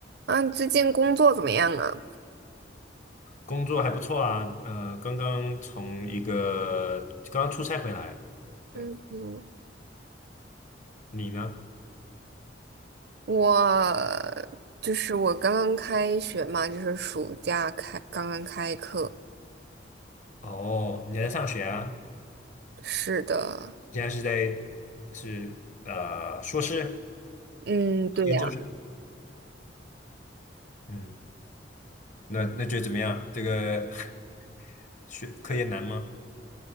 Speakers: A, on the right; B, on the left.
A: 啊，你最近工作怎么样啊？
B: 工作还不错啊，呃，刚刚从一个刚刚出差回来，对，
A: 嗯嗯
B: 你呢？
A: 我就是我刚刚开学嘛，就是暑假开，刚刚开课。
B: 哦，你还在上学啊？
A: 是的，
B: 现在是在是呃硕士、
A: 嗯，对呀，
B: 研究生？嗯，那那觉得怎么样？这个 <laughs> 学科研难吗？